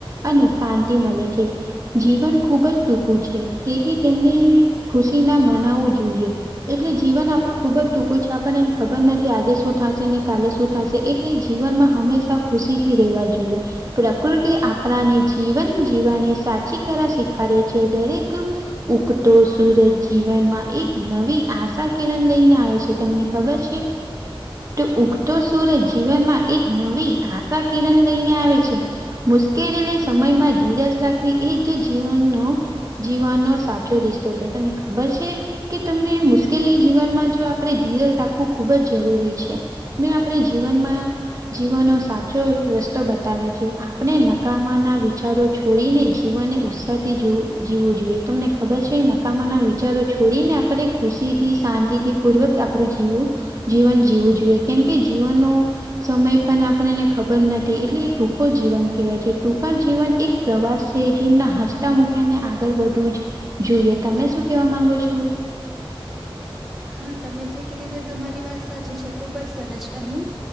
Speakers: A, on the right (about 35°); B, in the centre.
A: અને શાંતિ મળે છે જીવન ખુબ જ ટૂંકું છે તેથી તેમને ખુશી ના માનાવો જોઈએ એટલે જીવન આપણું ખુબ જ ટૂંકું છે આપણનેને ખબર નથી આજે શું થાશે ને કાલે શું થાશે એટલે જીવનમાં હંમેશા ખુશી થી રહેવા જોઈએ પ્રકૃતિ આપણાને જીવન જીવવાની સાચી કલા શીખારે છે દરેક ઉગતો સુરજ જીવનમાં એક નવી આશા કિરણ લઈને આવે છે તમને ખબર છે તો ઉગતો સુૂર જીવનમાં એક નવી આશા કિરણ લઈને આવે છે મુશ્કેલીલી સમયમાં ધીરાજ રાખવી એ જ જીવનનો જીવાનનો સાચો રિસ્તો છે તને ખબર છે કે તમને મુશ્કેલી જીવનમાં જો આપણે ધીર રાખવું ખુબ જ જરૂરી છે આપણે જીવનમાં જીવનો. સાચો રસ્તો બતાવે છે. આપણે નકામા ના વિચારો છોડીને જીવનને ઉ જીવું જોઈએ તમને ખબર છે નકામા ના વિચારો છોડી ને આપે ખુશી થી શાંતિ થી પૂર્વક આપણું જીવ જીવન જીવું જોઈએ કેમકે જીવનનો સમય પણ આપને ખબર નથી એટલે એ ટૂંકો જીવન કહેવાય છે ટૂંકા જવન એક પ્રવાસ છે જેમના હસતા મુખ્યા ને આગળ વધવું જ જોુઈએ તમે શું કેવા માંગો છો
B: હા તમે જે ક રીતે તમારી વાત સાચી છે ખુબ જ સરસ કહ્યું